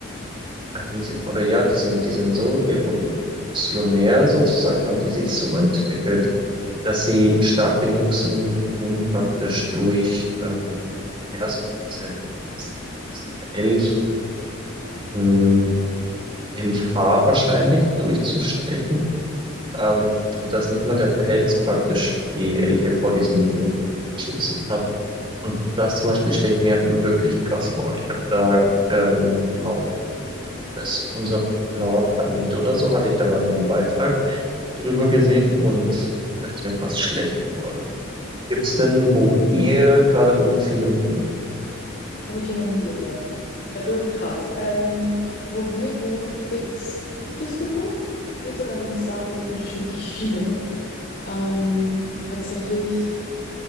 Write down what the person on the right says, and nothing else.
da haben sie, oder ja, die sind, die sind so evolutionär sozusagen, haben die sich so entwickelt, dass sie stark genug sind, um praktisch durch ähm, ja, so diese, dieses, dieses Elch, mh, Elchhaar wahrscheinlich durchzustechen. Ähm, und dass nicht mal der Pelz praktisch die Elche vor diesen Mücken schützen kann. Und das zum Beispiel stelle ich mir wirklich krass vor. Ich habe da ähm, auf, das ist unser blauer Planet oder so, hatte ich da mal einen Beitrag drüber gesehen und da ist mir fast schlecht geworden. Gibt's denn, wo ihr gerade wohnt, viele Mücken?